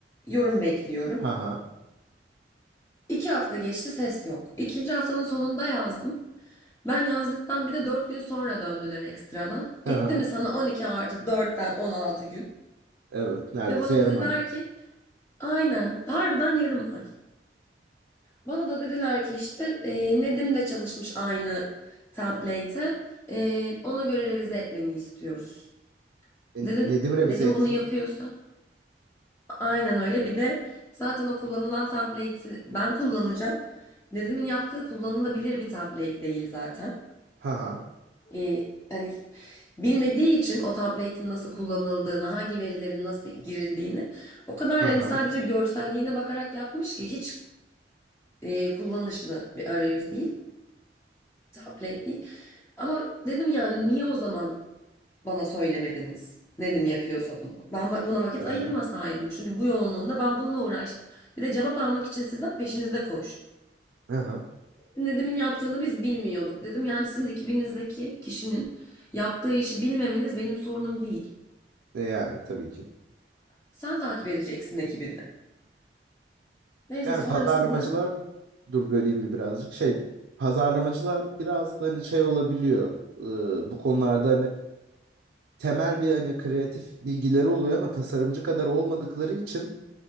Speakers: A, on the left; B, on the right.
A: Yorum bekliyorum.
B: Ha ha.
A: İki hafta geçti ses yok. İkinci haftanın sonunda yazdım. Ben yazdıktan bir de 4 gün sonra döndüler ekstradan.
B: Ha
A: Etti
B: ha.
A: mi sana 12 artı dörtten 16 gün?
B: Evet. Neredeyse
A: Ve bana
B: yarım
A: dediler
B: ay.
A: ki aynen harbiden yarım ay. Bana da dediler ki işte e, Nedim de çalışmış aynı template'e. E, ona göre revize etmeni istiyoruz.
B: E,
A: Dedim
B: Nedim revize
A: Nedim
B: etsin.
A: bunu yapıyorsa? Aynen öyle. Bir de zaten o kullanılan template'i ben kullanacağım. Nedim'in yaptığı kullanılabilir bir template değil zaten.
B: Ha ha.
A: Ee, hani bilmediği için o template'in nasıl kullanıldığını, hangi verilerin nasıl girildiğini o kadar
B: Ha
A: yani
B: ha.
A: sadece görselliğine bakarak yapmış ki hiç e, kullanışlı bir arayüz değil, template değil. Ama dedim yani niye o zaman bana söylemediniz. Nedim yapıyorsa bunu. Ben ba- buna vakit
B: Ha
A: ayırmasaydım.
B: ha.
A: Çünkü bu yoğunluğumda ben bununla uğraştım. Bir de cevap almak için sizden peşinizde koştum.
B: Ha ha.
A: Nedim'in yaptığını biz bilmiyorduk dedim. Yani sizin ekibinizdeki kişinin yaptığı işi bilmemeniz benim sorunum değil.
B: E yani tabii ki.
A: Sen takip edeceksin ekibini. Neyse
B: Yani
A: sonrasında
B: pazarlamacılar dur böleyim bir birazcık şey pazarlamacılar biraz da hani şey olabiliyor Ee, bu konularda hani temel bir hani kreatif bilgileri oluyor ama tasarımcı kadar olmadıkları için